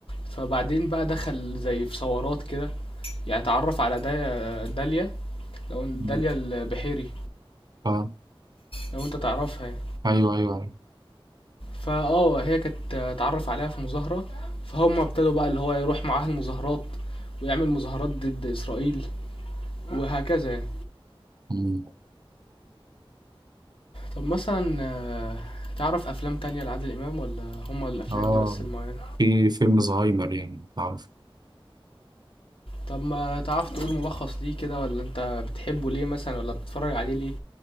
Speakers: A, on the left; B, on the right.
A: فبعدين بقى دخل زي في ثورات كده يعني اتعرف على دايا داليا لو داليا
B: مم.
A: البحيري
B: اه
A: لو انت تعرفها يعني
B: ايوه ايوه أيوة.
A: فاه هي كانت اتعرف عليها في مظاهرة فهم ابتدوا بقى اللي هو يروح معاها المظاهرات ويعمل مظاهرات ضد إسرائيل وهكذا يعني
B: مم.
A: طب مثلا آه، تعرف أفلام تانية لعادل إمام ولا هما الأفلام
B: اه
A: دي بس المعينة؟
B: في فيلم زهايمر يعني تعرف
A: طب ما تعرف تقول ملخص ليه كده ولا أنت بتحبه ليه مثلا ولا بتتفرج عليه ليه